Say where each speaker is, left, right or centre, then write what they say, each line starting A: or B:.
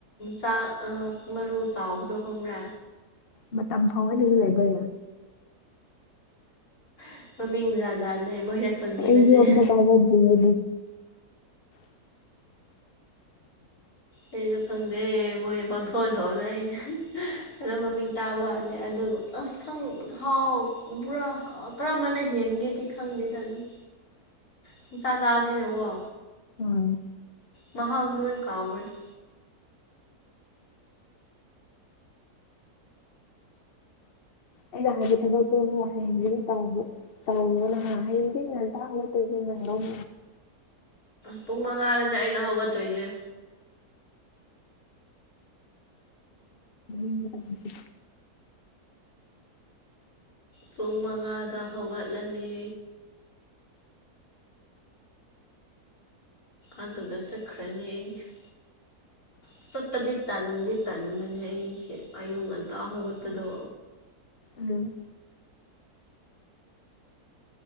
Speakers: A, on the left; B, on the left.
A: ꯆꯥꯛ ꯃꯔꯨ ꯆꯥꯎꯕꯗꯣ ꯈꯪꯕ꯭ꯔꯥ
B: ꯃꯝ ꯐꯥꯎꯋꯥ ꯂꯩ ꯏ ꯂꯩꯕ
A: ꯎꯝ ꯃꯃꯤꯡ ꯖꯥꯠ ꯖꯥꯠꯅꯦ ꯃꯣꯏꯅ ꯊꯣꯟꯕꯤꯕꯁꯦ
B: ꯑꯩꯁꯨꯣ ꯑꯝꯅ ꯀꯥꯒꯗ ꯉ <unintelligible>
A: ꯑꯩꯁꯨ ꯈꯪꯗꯦ ꯃꯣꯏꯅ ꯄꯥꯡꯊꯣꯛꯑꯟꯊꯣꯛꯑꯒ ꯑꯩꯁꯦ ꯑꯗꯨ ꯃꯃꯤꯡ ꯇꯥꯕ ꯋꯥꯅꯤ ꯑꯗꯨ ꯑꯁ ꯍꯥꯎ ꯄꯨꯔꯥ ꯀꯔꯝꯕꯅ ꯍꯦꯟꯒꯦꯗꯤ ꯈꯪꯗꯦꯗ ꯑꯗꯨꯝ
B: ꯎ
A: ꯄꯨꯡ ꯆꯥ ꯆꯥꯕꯅꯤꯅꯀꯣ
B: ꯎꯝ
A: ꯃ ꯍꯥꯎ ꯂꯣꯏꯣꯏ ꯀꯥꯎꯒꯗ
B: ꯏꯩꯅ ꯍꯥꯏꯦ ꯊꯒꯣ ꯍꯔꯤ ꯇꯥꯎ ꯇꯥꯎ ꯅ ꯍꯡꯔꯤ ꯅꯇ ꯇ ꯅ ꯑꯗꯨꯝ
A: ꯄꯨꯡ ꯃꯉꯥꯗꯅꯦ ꯑꯩꯅ ꯍꯧꯒꯠꯇꯣꯏꯁꯦ
B: ꯎ
A: ꯄꯨꯡ ꯃꯉꯥꯗ ꯍꯧꯒꯠꯂꯅꯤ ꯑꯗꯨꯒ ꯆꯠꯈ꯭ꯔꯅꯤ ꯑꯩꯗꯤ
B: <unintelligible>
A: ꯑ ꯆꯠꯄꯗꯤ ꯇꯟꯗꯤ ꯇꯟꯕꯅꯦ ꯑꯩꯁꯦ ꯑꯌꯨ ꯉꯟꯇ ꯍꯧꯒꯠꯄꯗꯣ
B: ꯎꯝ